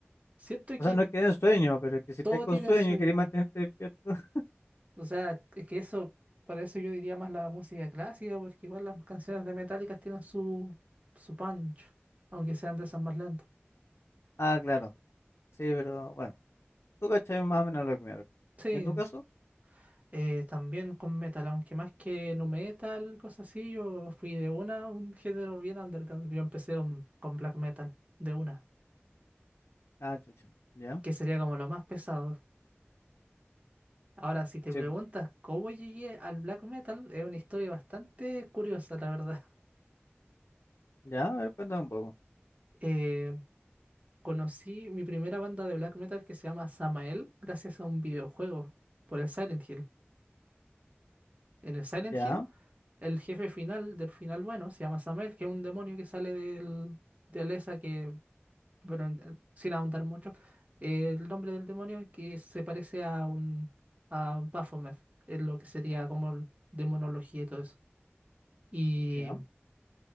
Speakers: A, on the right; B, on the left.
A: siento que
B: O sea, no que den sueño, pero que si
A: todo
B: estás con
A: tiene
B: sueño
A: su.
B: y querés mantenerte despierto. <laughs>
A: O sea, es que eso, para eso yo diría más la música clásica, porque igual las canciones de Metallica tienen su, su punch, aunque sean de esas más lentas.
B: Ah, claro. Sí, pero bueno, tú cachai más o menos lo que me refiero.
A: Sí.
B: ¿Y en tu caso?
A: eh, también con metal, aunque más que nu metal, cosas así, yo fui de una, a un género bien underground. Yo empecé con, con black metal, de una,
B: Ah, chucha. Ya.
A: que sería como lo más pesado. Ahora, si te
B: Sí.
A: preguntas
B: po.
A: cómo llegué al black metal, es una historia bastante curiosa, la verdad. <laughs>
B: Ya, a ver, cuéntame un poco.
A: Eh, conocí mi primera banda de black metal que se llama Samael gracias a un videojuego por el Silent Hill. En el Silent
B: Ya,
A: Hill, el jefe final del final bueno se llama Samael, que es un demonio que sale del, de Alessa que, bueno, eh, sin ahondar mucho, eh, el nombre del demonio que se parece a un a Baphomet, es lo que sería como el- demonología y todo eso. Y
B: ya,